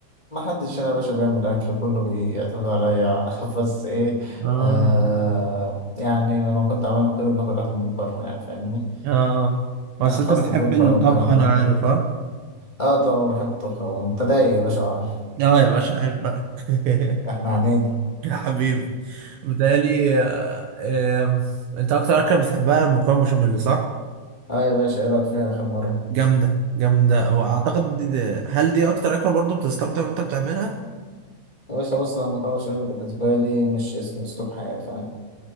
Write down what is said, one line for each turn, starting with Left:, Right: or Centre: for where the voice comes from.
Left: محدش هنا يا باشا بيعمل أكل كله بيعتمد عليا <laughs> بس إيه
Right: آم،
Left: آه يعني لما كنت عامل كده بناكل أكل من بره يعني فاهمني
Right: اه اه بس
Left: آه فاست
Right: انت بتحب
Left: فود
Right: الطبخ
Left: بقى والكلام
Right: انا
Left: ده
Right: عارف اه
Left: اه طبعا بحب الطبخ وأنت دايق يا باشا وعارف
Right: اه يا باشا عيب بقى <laughs>
Left: احنا عنينا
Right: يا حبيبي بتهيألي آه، آم، انت اكتر اكله بتحبها المكرونه بشاميل صح
Left: اه يا باشا ايه رأيك فيها آخر مرة؟
Right: جامدة جامدة وأعتقد دي دي هل دي أكتر أكلة برضو بتستمتع وأنت بتعملها؟
Left: يا باشا بص أنا المكرونة بشاميل بالنسبة لي مش اسم أسلوب حياة فاهم